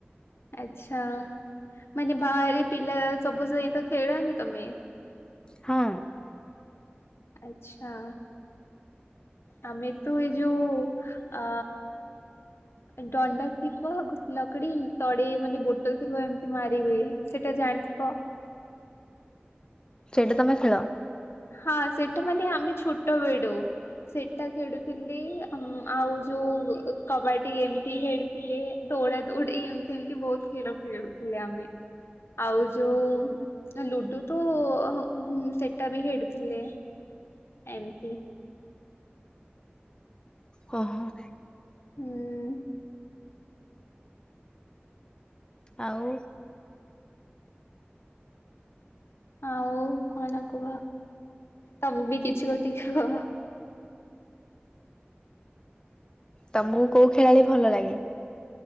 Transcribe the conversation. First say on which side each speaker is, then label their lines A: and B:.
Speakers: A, on the left; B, on the left.
A: ଆଚ୍ଛା ମାନେ ବାହାରେ ପିଲା ସବୁ ସହିତ ଖେଳନି ତୋମେ?
B: ହଁ।
A: ଆଚ୍ଛା। ଆମେ ତୁ ଏଇ ଯୋଉ ଅ, ଏ ଡଣ୍ଡା ଥିବ ଘୁ- ଲକଡି ତଡେଇ ମାନେ ବୋଟଲ୍ ଥିବ ଏମତି ମାରିବେ। ସେଟା ଜାଣିଥିବ?
B: ସେଇଟା ତୋମେ ଖେଳ?
A: ହଁ ସେଇଟା ମାନେ ଆମେ ଛୋଟ ବେଡୁ। ସେଇଟା ଖେଳୁଥିଲି ଆଁ, ଆଉ ଯୋଉ କବାଡି ଏମତି ଖେଡୁ ଥିଲେ, ଦୌଡା ଦୌଡି ଏମତି ଏମତି ବହୁତ ଖେଡ ଖେଳୁ ଥିଲେ ଆମେ। ଆଉ ଯୋଉ ହଁ ଲୁଡୁ ତ ଆ, ହଁ ହୁଁ, ସେ ଟା ବି ହେଡୁଥିଲେ ଏମତି।
B: ହଁ, ହଁ।
A: ହୁଁ।
B: ଆଉ
A: ଆଉ କଣ କୁହ? ତୋମେ ବି କିଛି ଗୋଟେ କୁହ?
B: ତୋମକୁ କୋଉ ଖେଳାଳି ଭଲ ଲାଗେ?